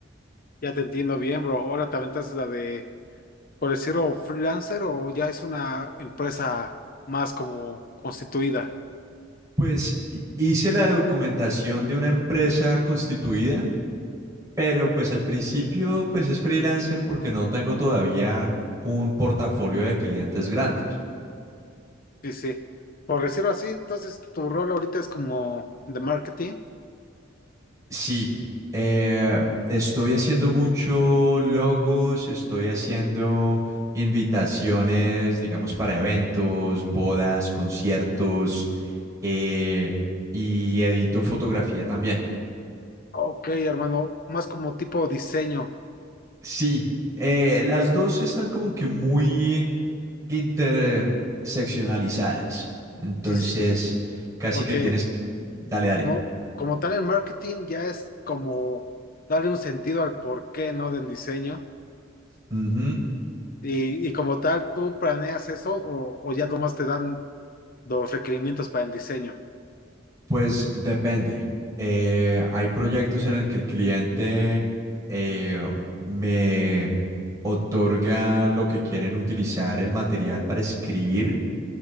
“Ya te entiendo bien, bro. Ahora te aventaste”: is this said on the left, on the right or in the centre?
Left